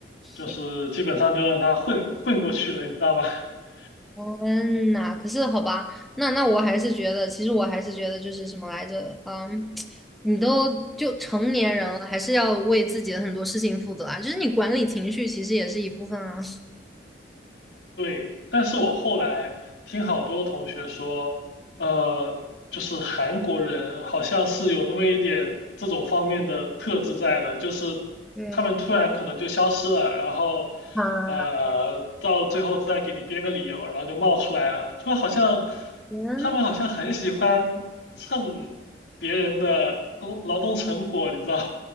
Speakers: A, on the left; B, in the centre.
A: 就是基本上就让他混混过去了，
B: 天。
A: 你知道吗？<laughs>
B: 天呐，可是好吧，那那我还是觉得，其实我还是觉得就是什么来着，嗯，你都就成年人了，还是要为自己的很多事情负责啊。就是你管理情绪，其实也是一部分啊。<laughs>
A: 对，但是我后来听好多同学说，呃，就是韩国人好像是有那么一点这种方面的特质在的，就是他们突然可能就消失了，
B: 对
A: 然后，
B: 啊，
A: 呃，到最后再给你编个理由，然后就冒出来了，就好像
B: 天，
A: 他们好像很喜欢蹭别人的工劳动成果，你知道？